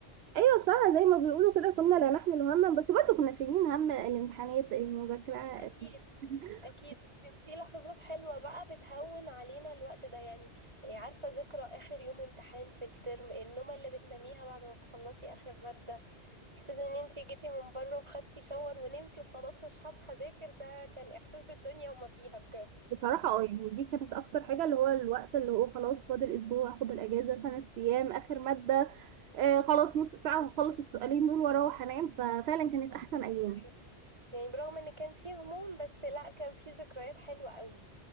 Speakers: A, on the right (about 70°); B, on the right (about 25°).
A: ايوه بصراحة زي ما بيقولوا كده كنا لا نحمل هما بس برضو كنا شايلين هم الامتحانات المذاكرة
B: أكيد
A: <laughs>
B: أكيد بس كان في لحظات حلوة بقى بتهون علينا الوقت ده يعني إيه، عارفة ذكرى آخر يوم امتحان في الترم النومة اللي بتناميها بعد ما بتخلصي آخر مادة إحساس إن أنتي جيتي من بره وخدتي شاور ونمتي وخلاص مش هصحى أذاكر ده كان إحساس بالدنيا وما فيها بجد
A: بصراحة اه يعني دي كانت أكتر حاجة اللي هو الوقت اللي هو خلاص فاضل أسبوع أخد الأجازة خمس أيام آخر مادة آه خلاص نص ساعة وهخلص السؤالين دول واروح انام ففعلا كانت احسن ايام
B: ايوه بالظبط يعني برغم إن كان فيه هموم بس لأ كان فيه ذكريات حلوة قوي